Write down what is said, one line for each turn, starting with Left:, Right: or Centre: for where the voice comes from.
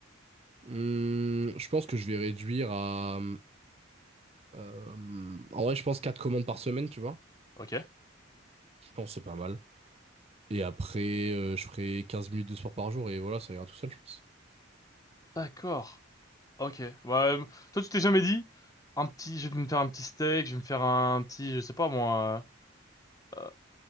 Right: Hum, je pense que je vais réduire à. Euh, en vrai, je pense 4 commandes par semaine, tu vois.
Left: Ok.
Right: Je pense que c'est pas mal. Et après, euh, je ferai 15 minutes de sport par jour et voilà, ça ira tout seul, je pense.
Left: D'accord. Ok. Bah euh, toi tu t'es jamais dit un petit je vais me faire un petit steak je vais me faire un petit je sais pas moi euh,